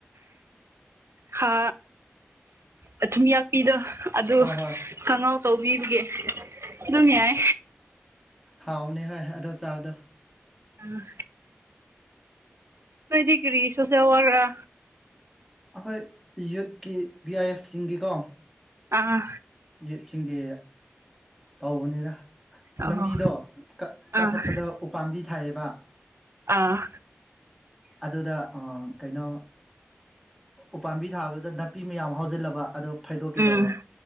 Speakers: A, on the right (about 85°); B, in the centre.
A: ꯍꯥ ꯑꯊꯨꯝ ꯌꯥꯛꯄꯤꯗꯣ ꯑꯗꯨ
B: ꯍꯣꯏ ꯍꯣꯏ
A: ꯀꯥꯡꯍꯧ ꯇꯧꯕꯤꯕꯒꯤ ꯑꯗꯨꯝ ꯌꯥꯏ
B: ꯍꯥꯎꯅꯦ ꯍꯣꯏ ꯑꯗꯨ ꯆꯥꯕꯗꯣ
A: ꯎꯝ ꯅꯣꯏꯗꯤ ꯀꯔꯤ ꯁꯣꯁꯦꯜ ꯋꯥꯒ꯭ꯔ ꯂ
B: ꯑꯩꯈꯣꯏ ꯌꯨꯠꯀꯤ ꯄꯕꯤ ꯑꯥꯏ ꯑꯦꯐꯁꯤꯡꯒꯤꯀꯣ
A: ꯑꯥ
B: ꯌꯨꯠꯁꯤꯡꯒꯤ ꯇꯧꯕꯅꯤꯗ
A: ꯑꯣ
B: ꯂꯝꯕꯤꯗꯣ ꯀꯥꯈꯠꯄꯗ
A: ꯑꯥ
B: ꯎꯄꯥꯝꯕꯤ ꯊꯥꯏꯌꯦꯕ
A: ꯑꯥ
B: ꯑꯗꯨꯗ ꯀꯩꯅꯣ ꯎꯄꯥꯝꯕꯤ ꯊꯥꯕꯗꯨꯗ ꯅꯥꯄꯤ ꯃꯌꯥꯝ ꯍꯧꯖꯤꯜꯂꯕ ꯑꯗꯨ ꯐꯩꯗꯣꯛꯀꯦ
A: ꯎꯝ
B: ꯇꯧꯕ